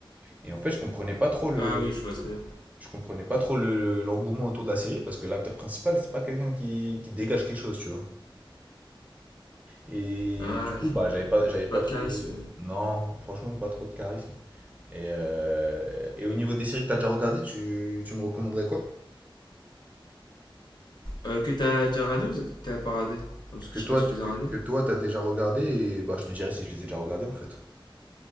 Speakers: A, on the right; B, on the left.
A: Et en fait, je comprenais pas trop le.
B: Ah oui, je vois très bien.
A: Je comprenais pas trop le, l'engouement autour de la série parce que l'acteur principal, c'est pas quelqu'un qui, qui dégage quelque chose, tu vois. Et
B: Ah,
A: du coup,
B: je
A: bah,
B: vois.
A: j'avais pas, j'avais pas
B: Pas de
A: trouvé.
B: charisme.
A: Non, franchement, pas trop de charisme. Et, euh, et au niveau des séries que tu as déjà regardées, tu, tu me recommanderais quoi?
B: Euh, que t'as déjà radé ou t'as pas radé Ah, Parce que
A: Que
B: je
A: toi,
B: sais pas si
A: tu,
B: tu les
A: que,
B: as radés.
A: que toi, t'as déjà regardé et bah, je te dirais si je les ai déjà regardés en fait.